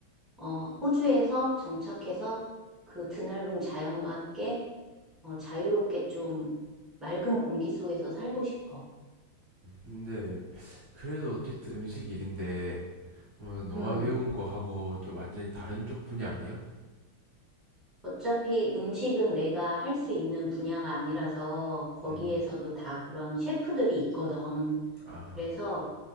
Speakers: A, in the centre; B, on the right.
A: 어 호주에서 정착해서 그 드넓은 자연과 함께 어, 자유롭게 좀 맑은 공기 속에서 살고 싶어.
B: 근데 그래도 어쨌든 음식 일인데, 어, 너가
A: 음.
B: 배운 거 하고 좀 완전히 다른 쪽 분야 아니야?
A: 어차피 음식은 내가 할 수 있는 분야가 아니라서 거기에서도
B: 음,
A: 다 그런 셰프들이 있거든.
B: 아,
A: 그래서